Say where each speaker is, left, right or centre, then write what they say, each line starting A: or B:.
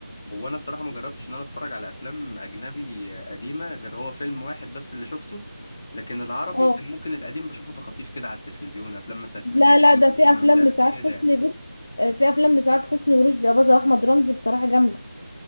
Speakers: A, on the left (about 30°); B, on the left (about 65°).
A: هو انا صراحه ما جربتش ان انا اتفرج على افلام اجنبي قديمه غير هو فيلم واحد بس اللي شفته لكن العربي
B: اه
A: كان ممكن القديم بشوفه تخاطيف كده على التلفزيون افلام مثلا اسماعيل
B: لا
A: ياسين
B: لا ده في
A: افلام
B: افلام
A: مش عارف
B: لسعاد
A: كده
B: حسني
A: يعني
B: بص آه، في افلام لسعاد حسني ورشدي اباظة واحمد رمزي بصراحة جامدة